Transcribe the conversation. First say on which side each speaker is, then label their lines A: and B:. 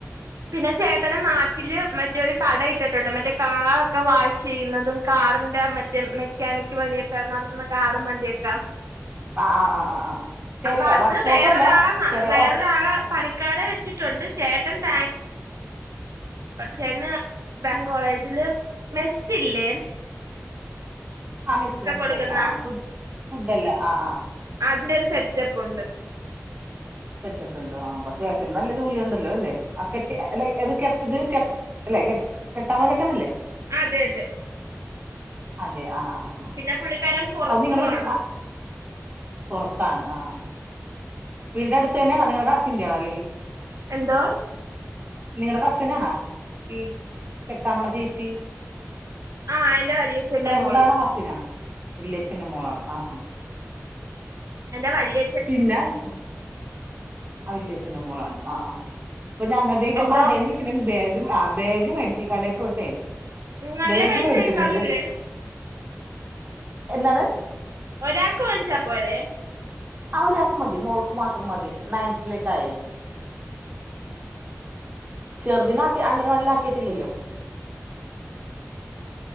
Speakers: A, on the right; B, on the right.
A: പിന്ന ചേട്ടനും നാട്ട്ല് മറ്റൊരു കട ഇട്ടിട്ടുണ്ട് മറ്റെ കാറൊക്കെ വാഷീയ്യുന്നതും കാറിന്റെ മ മെക്കാനിക്ക് പണിയൊക്കെ നടത്ത്ന്ന കാറും വണ്ടിയൊ കം
B: ആ ആ ആ ആ ആ ചെറിയ
A: അപ്പ അത്
B: വർക്ക്ഷോപ്പല്ല
A: വേറൊരാള
B: ചെറിയ
A: വേറൊരാളെ
B: ഓ
A: പണി കാരെ വച്ചിട്ടുണ്ട് ചേട്ടൻ ബാ ചേട്ടന് ബാങ്കോളേജില് മെസ്സില്ലെ
B: ആഹ് മെസ്സ് മൻസ്സിലായി
A: കൊടുക്കുന്ന
B: ആഹ് ആഹ് ഫുഡ്ഡ് ഫുഡ്ഡല്ല ആഹ് ആഹ്
A: അതിൻ്റെ ഒരു സെറ്റപ്പ് ഉണ്ട്
B: സെറ്റപ്പ് ഉണ്ടൊ ആഹ് അപ്പൊ ചേട്ടന് നല്ല ജോലി ഉണ്ടല്ലൊ അല്ലെ ആഹ് കെട്ടി അല്ല ഇത് കെട്ടത് ഇത് ചെ അല്ലെ കെ കെട്ടാൻ പോണ ചെക്കനല്ലെ
A: അതെ അതെ
B: അതെ ആഹ് ആഹ് ആഹ്
A: പിന്ന പുള്ളിക്കാരൻ പൊറത്തുവാണ്
B: അത് നിങ്ങളെ വീ ആഹ് പൊറത്താണ് ആഹ് ആഹ് ആഹ് വീടിന്റ അടുത്ത് തന്ന്യാണൊ നിങ്ങടെ കസിന്റെ ആണൊ അല്ലെങ്കി
A: എന്തോ
B: നിങ്ങടെ കസിനണൊ ഈ കെട്ടാൻ പൊണ ചേച്ചി
A: ആ എൻ്റെ വല്യച്ഛൻ്റെ
B: ഫ്രണ്ടാണൊ
A: മോൾ
B: കസിനാണൊ വല്ല്യച്ചന്റെ മോളാണ് ആഹ് ആഹ്
A: എൻ്റെ വല്യ
B: പിന്ന അലി ആഹ് വല്ല്യഛന്റെ മോളാണ് ആഹ് ആഹ് ഇപ്പൊ ഞങ്ങ തെ ഇപ്പൊ
A: എന്തോ
B: കടയി നിക്ക്ണെണ് ബാഗ് ആഹ് ബാഗ് മേടിച്ച് കടയി പോയിട്ടെ
A: നല്ല
B: ബാഗ്
A: പൈസയൊക്കെ
B: മേടിച്ചിട്ട്ണ്ട്
A: അറിയില്ലേ
B: എന്നാണ്
A: ഒരാക്ക് വാങ്ങിച പോരെ
B: ആഹ് ഒരാക്ക് മതി മോൾക്ക് മാത്രം മതി നയൻത്തിലേക്കായെ ചെറ്തിനെ ആക്കി അംഗനവാടില് ആക്കിയിട്ടില്ലല്ലോ